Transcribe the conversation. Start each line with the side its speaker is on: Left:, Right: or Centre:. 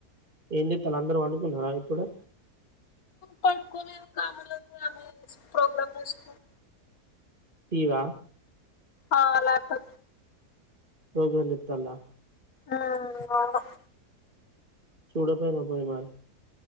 Right: ఏం చేతలు అందరూ పండుకున్నారా ఇప్పుడే
Left: పండుకోలేదు <inaudible> ప్రోగ్రామ్ చూస్తున్నాం
Right: టీవా
Left: ఆ లాప్టాప్
Right: ప్రోగ్రామ్ చూత్తల్లా
Left: ఆ <unintelligible>
Right: చూడకపోయినవ్ పోయి మరి